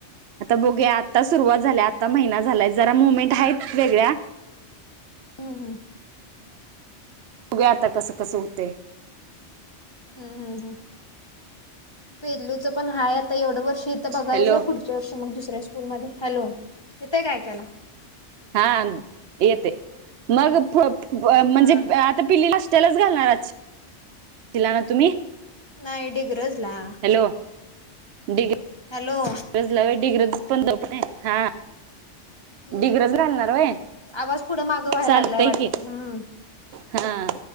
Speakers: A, on the right; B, on the left.
A: आता बघया आत्ता सुरुवात
B: हम्म हम्म
A: झाल्या
B: हम्म
A: आत्ता महिना झालाय जरा मुवमेंट आहेत वेगळ्या
B: हम् हम्.
A: बघुया आता कसं कसं होतय.
B: हम्म हम्म हम्म, पिल्लूच पण हाय आता एवढं वर्ष इथं बघायचं
A: हॅलो
B: पुढच् ्यावर्षी मग दुसऱ्या स्कूल मध्ये हॅलो येतय का ऐकायला?
A: हा येतय मग पुढं अ म्हणजे
B: हा
A: आता पिलीला त्यालाच घालणार. दिला तुम्ही
B: नाही डीगरजला
A: हॅलो! डीगी
B: हॅलो!
A: <inaudible> पण ये हा
B: हम्म,
A: डिग्रज घालणार वय
B: आवाज पुढं माघ व्हाय
A: चालतय
B: लागलाय वाटतं,
A: की
B: हम्म
A: हा